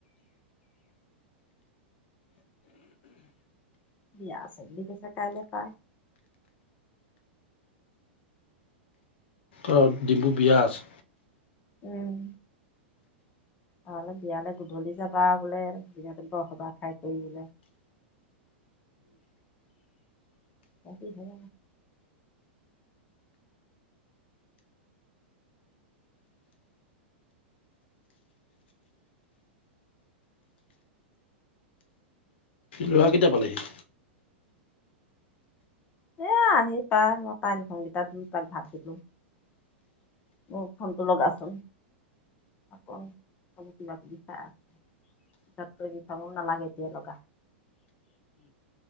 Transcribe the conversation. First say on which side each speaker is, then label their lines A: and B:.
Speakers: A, on the left (about 30°); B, on the left (about 70°).
A: বিয়া আছে বুলি কৈছে কাইলৈ পা
B: অ ডিম্বু বিয়া আছে।
A: উম তালৈ বিয়ালৈ গধূলি যাবা বোলে দিনটো বৰ সবাস খাই কৰি বোলে <unintelligible>
B: লৰা কেতিয়া পালেহি?
A: এ আহি পাই মই তাই নথওঁগেইটাত দু তাক ভাব দিলো মোৰ ফোনটো লগাচোন আকৌ চ কিবা কিবি চাই আটাতকৈ দি থাব নালাগে এতিয়া লগা